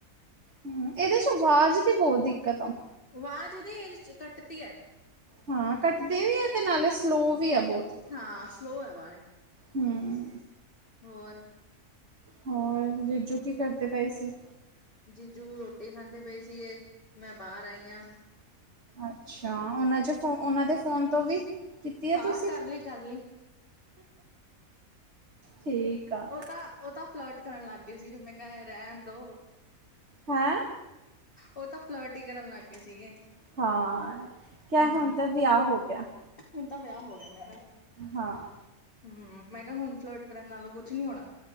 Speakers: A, on the right; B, on the left.
A: ਹ ਇਹਦੇ ਚ ਆਵਾਜ਼ ਦੀ ਬਹੁਤ ਦਿੱਕਤ ਆ।
B: ਆਵਾਜ਼ ਦੀ ਇਹਦੇ ਚ ਕੱਟਦੀ ਹੈ।
A: ਹਾਂ ਕੱਟਦੇ ਵੀ ਹੈ ਤੇ ਨਾਲੇ ਸਲੋ ਵੀ ਆ ਬਹੁਤ
B: ਹਾਂ ਸਲੋ ਹੈ ਆਵਾਜ਼
A: ਹਮ।
B: ਹੋਰ।
A: ਹੋਰ, ਰਿਜੂ ਕੀ ਕਰਦੇ ਪਏ ਸੀ।
B: ਜੀਜੂ ਰੋਟੀ ਖਾਂਦੇ ਪਈ ਸੀਗੇ, ਮੈਂ ਬਾਹਰ ਆਈ ਹਾਂ।
A: ਅੱਛਾ, ਉਹਨਾਂ ਚ ਫੋ ਉਹਨਾਂ ਦੇ ਫੋਨ ਤੋਂ ਵੀ ਕੀਤੀ ਆ
B: ਹਾਂ
A: ਤੁਸੀਂ
B: ਕਰਲੀ -ਕਰਲੀ
A: ਠੀਕ ਆ।
B: ਉਹ ਤਾਂ ਉਹ ਤਾਂ ਫਲੋਟ ਕਰਨ ਲੱਗ ਗਏ ਸੀ ਮੈਂ ਕਿਹਾ ਰਹਿਣ ਦੋ
A: ਹੈਂ।
B: ਉਹ ਤਾਂ ਫਲੋਟ ਹੀ ਕਰਨ ਲੱਗ ਗਏ ਸੀਗੇ।
A: ਹਾਂ,
B: ਹੂੰ
A: ਕਿਆ ਹੁਣ ਤਾਂ ਵਿਆਹ ਹੋ ਗਿਆ।
B: ਹੁਣ ਤਾਂ ਵਿਆਹ ਹੋ ਗਿਆ ਮੇਰਾ,
A: ਹਾਂ।
B: ਹਮ ਮੈਂ ਕਿਹਾ ਹੁਣ ਫਲੋਟ ਕਰਨ ਨਾਲੋਂ ਕੁਛ ਨੀ ਹੋਣਾ।